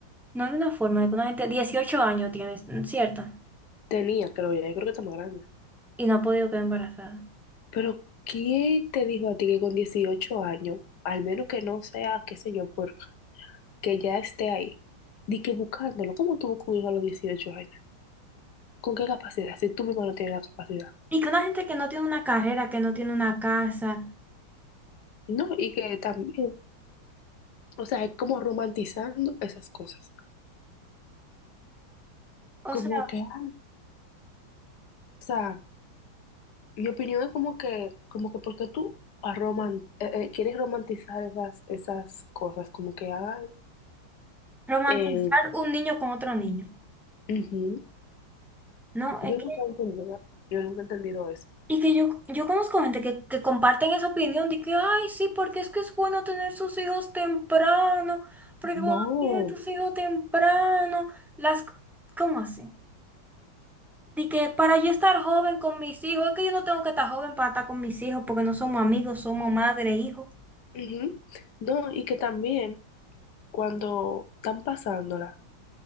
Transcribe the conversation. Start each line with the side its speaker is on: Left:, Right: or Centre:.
Centre: no hay una forma de que una gente, 18 años tienes, ¿cierto?
Left: tenías, creo yo, yo creo que está más grande.
Centre: Y no ha podido quedar embarazada.
Left: Pero ¿quién te dijo a ti que con 18 años, al menos que no sea, qué sé yo, porque ya esté ahí, di que buscándolo, ¿cómo tú buscas un hijo a los 18 años? ¿Con qué capacidad? Si tú mismo no tienes la capacidad.
Centre: Y que una gente que no tiene una carrera, que no tiene una casa,
Left: No, y que también O sea, es como romantizando esas cosas.
Centre: o
Left: Como
Centre: sea,
Left: que, o sea, mi opinión es como que, como que porque tú roman- eh, eh, quieres romantizar esas, esas cosas, como que, ay,
Centre: romantizar
Left: eh,
Centre: un niño con otro niño.
Left: ujú.
Centre: No, es
Left: Yo nunca he entendido, yo nunca he entendido eso.
Centre: Y que yo, yo conozco gente que, que comparten esa opinión de que, ay, sí, porque es que es bueno tener sus hijos temprano, porque
Left: No,
Centre: cuando tienes tus hijos temprano, las... c- ¿Cómo así? De que para yo estar joven con mis hijos, es que yo no tengo que estar joven para estar con mis hijos, porque no somos amigos, somos madre e hijo.
Left: ujú. No, y que también cuando están pasándola.